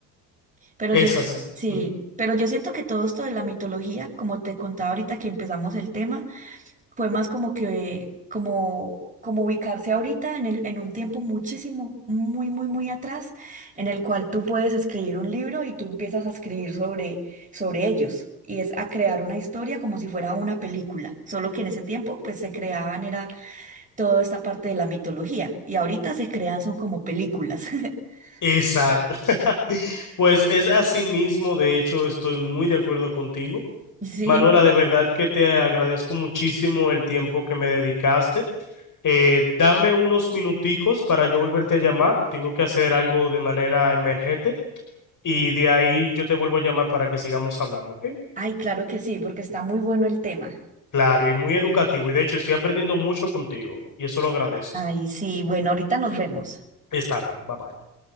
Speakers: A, on the right; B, on the left.
A: Pero
B: Es
A: yo,
B: así.
A: sí,
B: ujú,
A: pero yo siento que todo esto de la mitología, como te contaba ahorita que empezamos el tema, fue más como que, como, como ubicarse ahorita en el, en un tiempo muchísimo, muy, muy, muy atrás, en el cual tú puedes escribir un libro y tú empiezas a escribir sobre, sobre ellos. Y es a crear una historia como si fuera una película. Solo que en ese tiempo, pues se creaban, era toda esta parte de la mitología. Y ahorita se crean, son como películas. <laughs>
B: Exacto. <laughs> Pues es así mismo, de hecho, estoy muy de acuerdo contigo.
A: Sí.
B: Manuela, de verdad que te agradezco muchísimo el tiempo que me dedicaste. Eh, dame unos minuticos para yo volverte a llamar. Tengo que hacer algo de manera emergente y de ahí yo te vuelvo a llamar para que sigamos hablando, ¿ok?
A: Ay, claro que sí, porque está muy bueno el tema.
B: Claro, y muy educativo. Y de hecho, estoy aprendiendo mucho contigo. Y eso lo agradezco.
A: Ay, sí, bueno, ahorita nos vemos.
B: Está bien, bye bye.